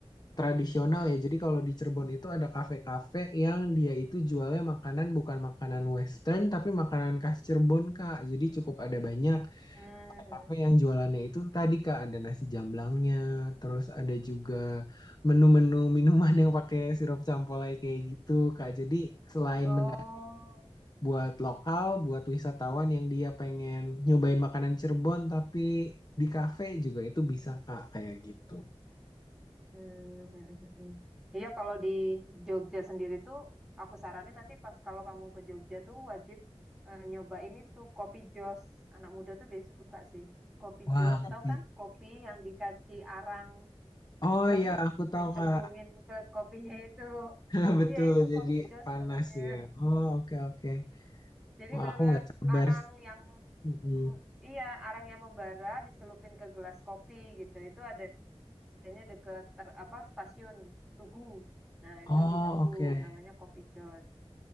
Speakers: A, on the left; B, in the centre.
A: tradisional ya. Jadi kalau di Cirebon itu ada kafe-kafe yang dia itu jualnya makanan bukan makanan Western, tapi makanan khas Cirebon, Kak. Jadi cukup ada banyak.
B: Mhm.
A: Kafe yang jualannya itu tadi Kak ada nasi jamblangnya, terus ada juga menu-menu minuman yang pakai sirup campolai kayak gitu Kak. Jadi selain
B: Oh.
A: menarik buat lokal, buat wisatawan yang dia pengen nyobain makanan Cirebon tapi di kafe juga itu bisa Kak kayak gitu.
B: Mhm. Iya kalau di Jogja sendiri tuh aku saranin nanti pas kalau kamu ke Jogja tuh wajib eh, nyobain itu kopi jos. Anak muda tuh biasa suka sih. Kopi
A: Wah,
B: jos,
A: Kak
B: tahu kan? Kopi yang dikasih arang.
A: Oh
B: hitam
A: iya, aku tahu
B: dicemplungin
A: Kak.
B: ke kopinya itu.
A: <laughs> Betul,
B: Iya, itu
A: jadi
B: kopi Jos
A: panas
B: namanya.
A: ya. Oh, oke oke.
B: Jadi
A: Wah,
B: benar-benar
A: aku nggak sabar.
B: arang
A: sih.
B: yang
A: Mm-mm.
B: bem- iya, arang yang membara dicelupin ke gelas kopi gitu. Itu adanya deket ter- apa stasiun Tugu. Nah,
A: Oh,
B: itu di situ
A: oke.
B: namanya kopi Jos.